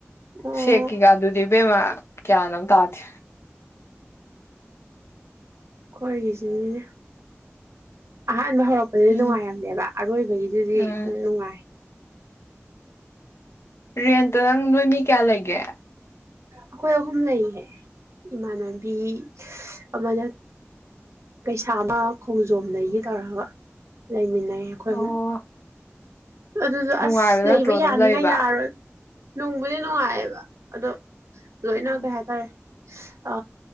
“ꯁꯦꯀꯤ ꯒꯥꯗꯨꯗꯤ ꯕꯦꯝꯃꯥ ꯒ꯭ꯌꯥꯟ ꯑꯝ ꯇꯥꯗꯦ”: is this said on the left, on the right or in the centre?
Left